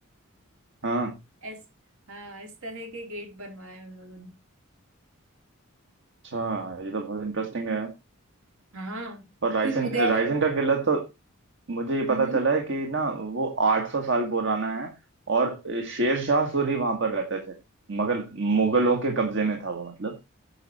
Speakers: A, on the right; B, on the right.
A: हाँ
B: ऐस हाँ इस तरह के गेट बनवाए उन लोगों ने
A: अच्छा ये तो बहुत इंटरेस्टिंग है
B: हाँ
A: और रायसेन
B: तो गए
A: रायसेन का किला तो मुझे ये
B: हम्म
A: पता
B: हम्म।
A: चला है कि ना वो 800 साल पुराना है और शेर शाह सूरी वहां पर रहते थे मगर मुगलों के कब्जे में था वो मतलब